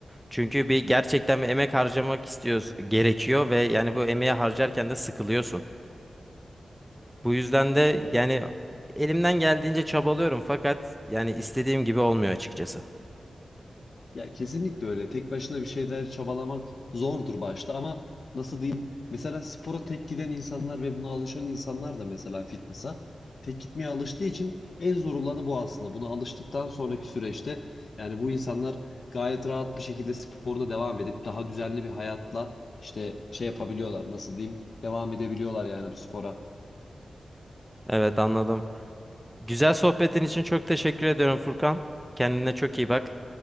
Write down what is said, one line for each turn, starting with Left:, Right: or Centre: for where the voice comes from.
Centre: Çünkü bir gerçekten bir emek harcamak istiyoruz, gerekiyor ve yani bu emeği harcarken de sıkılıyorsun. Bu yüzden de yani elimden geldiğince çabalıyorum fakat yani istediğim gibi olmuyor açıkçası.
Left: Ya kesinlikle öyle. Tek başına bir şeyler çabalamak zordur başta ama nasıl diyeyim? Mesela spora tek giden insanlar ve buna alışan insanlar da mesela fitness'a tek gitmeye alıştığı için en zor olanı bu aslında. Buna alıştıktan sonraki süreçte yani bu insanlar gayet rahat bir şekilde sporuna devam edip daha düzenli bir hayatla işte şey yapabiliyorlar. Nasıl diyeyim? Devam edebiliyorlar yani bu spora.
Centre: Evet anladım. Güzel sohbetin için çok teşekkür ediyorum Furkan. Kendine çok iyi bak.